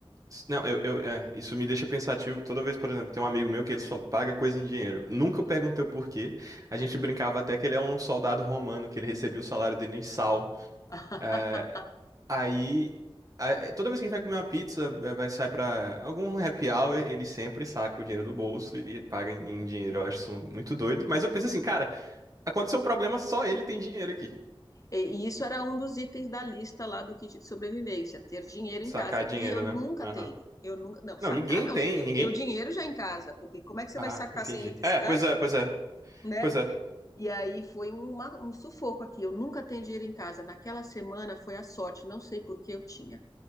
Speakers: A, on the right; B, on the left.
A: S- Não, eu, eu- é, isso me deixa pensativo. Toda vez, por exemplo, tem um amigo meu que ele só paga coisa em dinheiro. Nunca eu
B: Hum,
A: perguntei o porquê. A
B: aham.
A: gente brincava até que ele é um soldado romano, que ele recebia o salário dele em sal.
B: <laughs>
A: É, aí, a- toda vez que a gente vai comer uma pizza, é, vai sair pra algum happy hour, ele sempre saca o dinheiro do bolso e e paga em em dinheiro. Eu acho isso muito doido. Mas eu penso assim, cara. Aconteceu um problema, só ele tem dinheiro aqui.
B: E e isso era um dos itens da lista lá do kit de sobrevivência, ter dinheiro
A: Sacar
B: em casa.
A: dinheiro,
B: E eu nunca
A: né? Aham.
B: tenho. Eu nunca, não, sacar
A: Não, ninguém
B: não,
A: tem,
B: você tem
A: ninguém.
B: que ter o dinheiro já em casa, porque como é que você
A: Ah,
B: vai sacar
A: entendi.
B: sem eletricidade,
A: É, pois é, pois é,
B: né?
A: pois é.
B: E aí foi uma- um sufoco aqui. Eu nunca tenho dinheiro em casa. Naquela semana foi a sorte, não sei por que eu tinha.